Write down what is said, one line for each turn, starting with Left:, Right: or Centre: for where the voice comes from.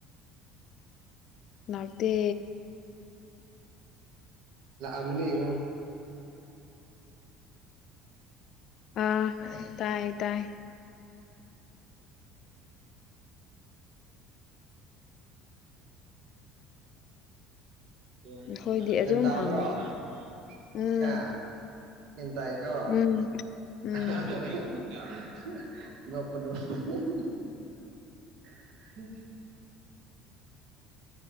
Left: ꯂꯅꯥꯥꯛꯇꯦ
Right: ꯑꯅꯤꯉ
Left: ꯑꯥ ꯇꯥꯏ ꯇꯥꯏ
Right: <inaudible> <inaudible>
Left: ꯑꯩꯈꯣꯏꯗꯤ
Right: ꯟ꯭ꯔꯣ
Left: ꯑꯗꯨꯝ ꯍꯥꯡꯅꯩꯌꯦ ꯎꯝ
Right: ꯍꯟꯇ
Left: ꯎꯝ ꯎꯝ
Right: ꯑꯣ ꯅꯀꯅ